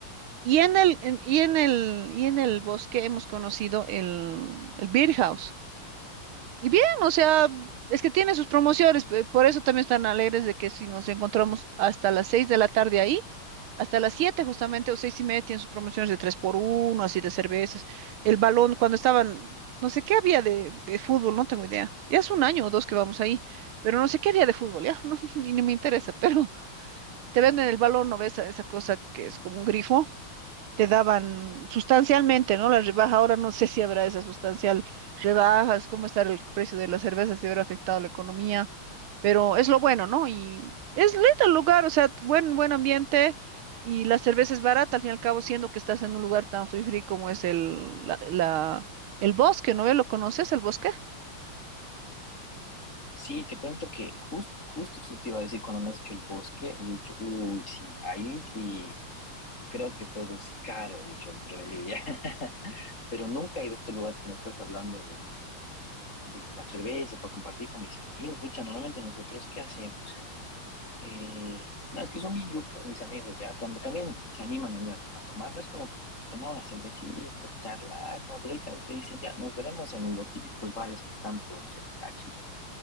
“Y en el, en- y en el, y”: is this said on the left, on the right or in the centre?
Right